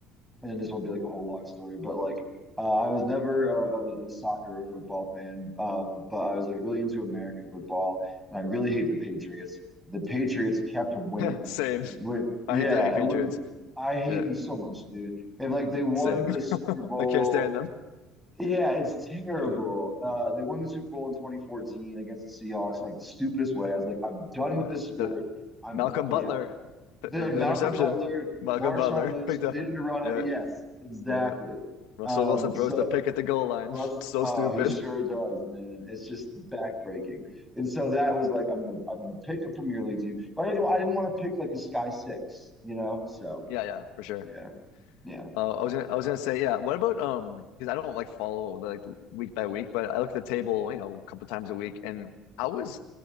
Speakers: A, in the centre; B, on the left.
A: and this won't be like a whole long story, but like uh, I was never a, a, a soccer or football fan, um, but I was like really into American football, and I really hate the Patriots. The Patriots kept winning.
B: <laughs> same.
A: When yeah,
B: I hate the I hate Patriots.
A: when I hate
B: Yeah,
A: them so much, dude. And like they won
B: same.
A: the Super
B: <laughs>
A: Bowl
B: I can't stand them.
A: yeah, it's terrible.
B: Uh,
A: Uh, they won the Super Bowl in 2014 against the Seahawks in like the stupidest way. I was like, I'm done
B: Yeah,
A: with this sport.
B: the
A: I'm
B: Malcolm
A: yeah.
B: Butler, the,
A: The
B: the,
A: Malcolm
B: the interception.
A: Butler,
B: Malcolm
A: Marshawn
B: Butler
A: Lynch
B: <laughs> picked up.
A: didn't run
B: Yeah,
A: out. Yes, exactly.
B: yeah. Russell
A: Um,
B: Wilson throws
A: so
B: the pick at the goal line.
A: Russ,
B: <laughs> So
A: oh,
B: stupid.
A: he sure does, man. It's just backbreaking. And so that was like, I'm gonna I'm gonna pick a Premier League team, but I didn't I didn't want to pick like a Sky Six, you know. So
B: Yeah, yeah, for sure.
A: yeah, yeah.
B: Uh, I was
A: So.
B: gonna, I was gonna say, yeah. What about um? Because I don't like follow like week by week, but I look at the table, you know, a couple times a week. And how is